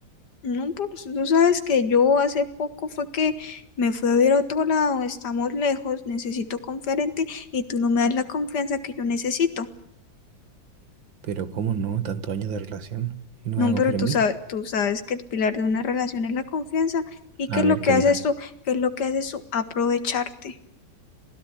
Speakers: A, on the left; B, on the right.
A: No, pues tú sabes que yo hace poco fue que me fui a ver a otro lado, estamos lejos, necesito conferente y tú no me das la confianza que yo necesito.
B: Pero ¿cómo no? Tantos años de relación. ¿Y no
A: No,
B: me vas a
A: pero
B: confiar
A: tú
B: en
A: sabes,
B: mí?
A: tú sabes que el pilar de una relación es la confianza y que
B: A ver,
A: lo que
B: Karina.
A: haces tú, que es lo que haces tú, aprovecharte.